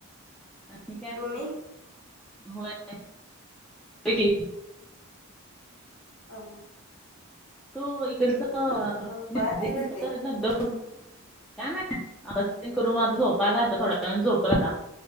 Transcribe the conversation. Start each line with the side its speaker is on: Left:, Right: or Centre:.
Centre: म काय
Left: तुम्ही
Centre: होय <unintelligible> की
Left: ह <inaudible> <unintelligible>
Centre: तो इकडचं <unintelligible>
Left: मग बाळ काय करते
Centre: काय नाही <unintelligible> करून आता <unintelligible> झोपायलाय आता थोड्या वेळाने झोपल आता.